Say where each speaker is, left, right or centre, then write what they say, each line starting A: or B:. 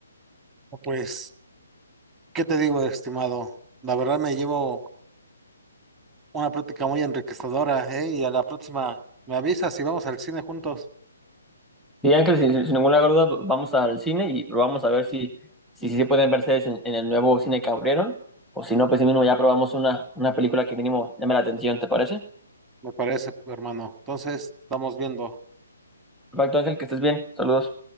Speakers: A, on the right; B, in the centre.
A: Pues ¿Qué te digo, estimado? La verdad me llevo una plática muy enriquecedora, ¿eh? Y a la próxima me avisas si vamos al cine juntos.
B: Sí, Ángel, sin, sin ninguna duda vamos al cine y probamos a ver si, si, si se pueden verse en, en el nuevo cine que abrieron, o si no, pues si mismo ya probamos una, una película que mínimo llame la atención, ¿te parece?
A: Me parece, hermano. Entonces, estamos viendo.
B: Perfecto, Ángel, que estés bien. Saludos.